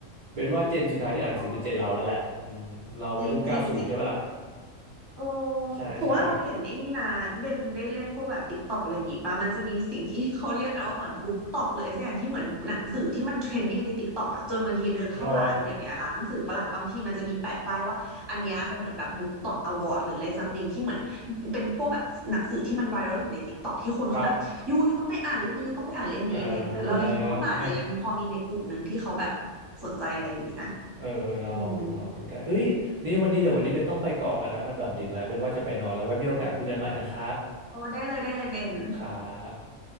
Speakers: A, on the right; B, on the right.
A: เป็นว่าเจนสุดท้ายที่อ่านหนังสือคือเจนเราแล้วแหละอืมเราวัยรุ่นเก้าศูนย์ใช่ปะล่ะ
B: อ๋อจริงจริง เออ
A: ใช่ใช่
B: ผมว่าเราเห็นไอ้นี่นะเบนได้เล่นพวกแบบติ๊กตอกอะไรอย่างงี้ปะมันจะมีสิ่งที่เขาเรียกกันว่าเหมือนบุ๊กตอกเลยสักอย่างที่เหมือนหนังสือที่มันเทรนดิ้งในติ๊กตอกอะจนบางทีเดินเข้าร้านเดี๋ยวนี้ร้านหนังสือฝรั่งบางทีมันจะมีแปะป้ายว่าอันเนี้ยเป็นเหมือนแบบบุ๊กตอกอวอร์ดหรืออะไรซัมติงที่เหมือน
A: รอ
B: เป็นพวกแบบหนังสือที่มันไวรัลอยู่ในติ๊กตอกที่คนเขาแบบยูยูต้องไปอ่านเล่มนี้ยูต้องไปอ่านเล่มนี้อะไรอย่างเงี้ยเราเลยคิดว่าเออมันอาจจะยังพอมีเด็กกลุ่มหนึ่งที่เขาแบบ
A: ครับเออเออ
B: สนใจอะไรอย่างงี้นะ
A: เออเราลองดูลองดูได้เอ้ยนี่วันนี้เดี๋ยววันนี้เป็นต้องไปก่อนแล้วนะมันแบบดึกแล้วเป็นว่าจะไปนอนแล้วไว้มีโอกาสคุยกันใหม่นะครับ
B: อืมโอ้ได้เลยได้เลยเบน
A: ครับ